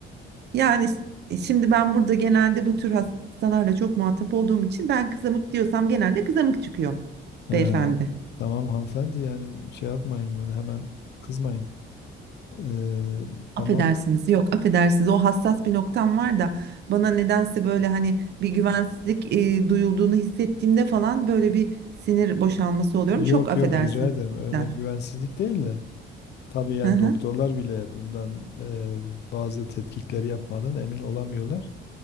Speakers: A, on the right (about 55°); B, on the left (about 60°).
A: Yani s- e, şimdi ben burada genelde bu tür hastalarla çok muhatap olduğum için ben kızamık diyorsam genelde kızamık çıkıyor
B: He,
A: beyefendi.
B: tamam hanımefendi yani şey yapmayın böyle hemen kızmayın. Ee,
A: Affedersiniz
B: tamam.
A: yok affedersiniz o hassas bir noktam var da bana nedense böyle hani bir güvensizlik e, duyulduğunu hissettiğimde falan böyle bir sinir boşalması oluyorum.
B: Yok
A: Çok affedersiniz.
B: yok rica ederim. Öyle
A: cidden.
B: güvensizlik değil de. Tabii yani
A: Hı hı,
B: doktorlar bile bundan e, bazı tetkikleri yapmadan emin olamıyorlar.